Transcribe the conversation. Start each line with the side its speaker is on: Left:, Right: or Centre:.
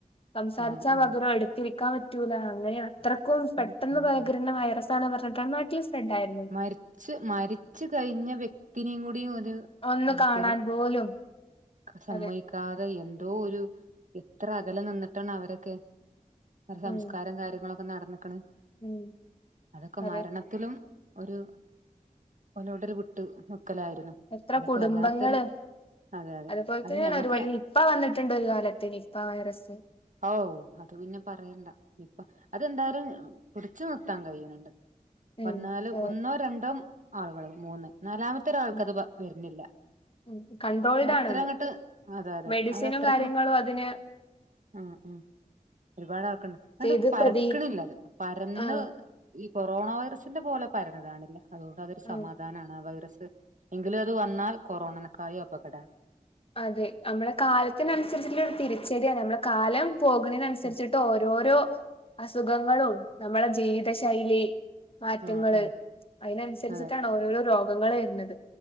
Left: സംസാരിച്ചാൽ
Right: ആഹ് ആഹ്
Left: പകരം എടുത്തിരിക്കാൻ പറ്റൂല അങ്ങനെ അത്രക്കും പെട്ടെന്ന്
Right: ഉം ഉം
Left: പകരുന്ന
Right: ഉം
Left: വൈറസ് വർത്താനം പറഞ്ഞിട്ടാണ് നാട്ടി സ്പ്രെഡായെ
Right: മരിച്ച് മരിച്ച കഴിഞ്ഞ വ്യക്തിനേ കൂടിയും ഒരു
Left: ഒന്ന്
Right: ആൾപ്പെര്
Left: കാണാൻ പോലും
Right: <inaudible> സമ്മ
Left: അതെ
Right: ക്കാതെ എന്തോ ഒരു എത്ര അകലം നിന്നിട്ടാണ് അവരൊക്കെ സംസ്കാരം
Left: ഉം
Right: കാര്യങ്ങളൊക്കെ നടന്ന്ക്ക്ണ്
Left: ഉം
Right: അതൊക്കെ
Left: അതെ
Right: മരണത്തിലും ഒരു ഒലോടൊരു വിട്ട് നിക്കലായിരുന്നു.
Left: എത്ര
Right: അതൊക്കെ
Left: കുടുംബങ്ങള്
Right: വല്ലാത്തൊരു അതെ അതെ
Left: അതുപോലെ തന്നെയാണ്
Right: അത് ഞമ്മക്ക്
Left: ഒരു വലി നിപ്പ വന്നിട്ടുണ്ട് ഒരു കാലത്തി നിപ്പ വൈറസ്
Right: ഓ അത് പിന്നെ പറയണ്ട നിപ്പ അതെന്തായാലും പിടച്ച് നിർത്താൻ കഴിയുന്നുണ്ട്.
Left: ഉം
Right: വന്നാല്
Left: ഏഹ്
Right: ഒന്നോ രണ്ടോ ആളുകൾ മൂന്ന് നാലാമത്തെ ഒരാൾക്കത്
Left: ഉം
Right: വരുന്നില്ല.
Left: ഉം കൺട്രോൾഡ്
Right: അതഅത്ര
Left: ആണത്
Right: അങ്ങട്ട് അതെ അതെ
Left: മെഡിസിനും
Right: അതത്രക്കണം-
Left: കാര്യങ്ങളും അതിന്
Right: ആ ഉ ഉ ഒരുപാട് ആൾക്കുണ്ട്
Left: ചെയ്ത്
Right: അണ്ട് പരക്കണില്ല
Left: പ്രതി
Right: അത് പരന്ന്
Left: ആഹ്
Right: ഈ കൊറോണ വൈറസിന്റെ പോലെ പരഞ്ഞതാണില്ല അതുകൊണ്ട് അതൊരു
Left: ഉം
Right: സമാദാനം പ്രധന ആ വൈറസ് എങ്കിലും അത് വന്നാൽ കൊറോണനക്കായി അപകടണ്.
Left: അതെ നമ്മളെ കാലത്തിനനുസരിച്ചിുള്ള ഒരു തിരിച്ചടിയാണ് നമ്മളെ കാലം പോകുന്നതിനനുസരിച്ചിട്ട്
Right: ഉം
Left: ഓരോരോ അസുഖങ്ങളും നമ്മള ജീവിത ശൈലി മാറ്റങ്ങള്
Right: ആഹ് ഉം
Left: അതിനനുസരിച്ചിട്ടാണ്
Right: അതെ
Left: ഓരോരോ രോഗങ്ങൾ വരുന്നത്